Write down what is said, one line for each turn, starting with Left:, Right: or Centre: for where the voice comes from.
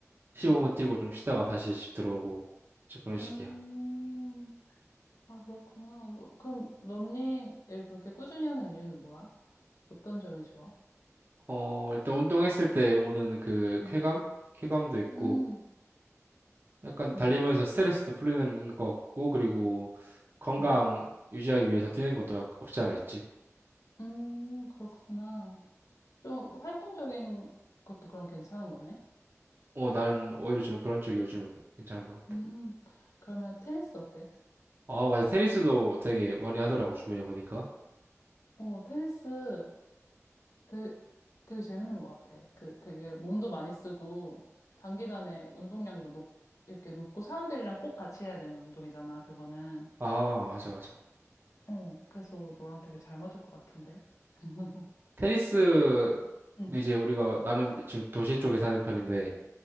Right: 15분
Left: 응.
Right: 뛰고 좀 쉬다가 다시 집 들어오고 이제 그런
Left: 음,
Right: 식이야.
Left: 아, 그렇구나. 너- 그럼 런닝을 그렇게 꾸준히 하는 이유는 뭐야? 어떤 점이 좋아?
Right: 어, 일단 운동했을 때 오는 그
Left: 응.
Right: 쾌감? 쾌감도 있고,
Left: 음,
Right: 약간 달리면서
Left: 음,
Right: 스트레스도 풀리는 것 같고, 그리고 건강
Left: 음,
Right: 유지하기 위해서 뛰는 것도 약- 없지 않아 있지.
Left: 음, 그렇구나. 좀 활동적인 것도 그럼 괜찮은 거네?
Right: 어, 나는 오히려 좀 그런 쪽이 요즘 괜찮은 것 같다.
Left: 음, 그러면 테니스 어때?
Right: 아, 맞아. 테니스도 되게 많이 하더라고, 주변에 보니까.
Left: 어, 테니스 되게, 되게 재밌는 것 같아. 그 되게 몸도 많이 쓰고, 단기간에 운동량도 높, 이렇게 높고, 사람들이랑 꼭 같이 해야 되는 운동이잖아, 그거는.
Right: 아, 맞아, 맞아.
Left: 어, 그래서 너랑 되게 잘 맞을 것 같은데. <laughs>
Right: 테니스,
Left: 응,
Right: 이제 우리가, 나는 지금 도시 쪽에 사는 편인데,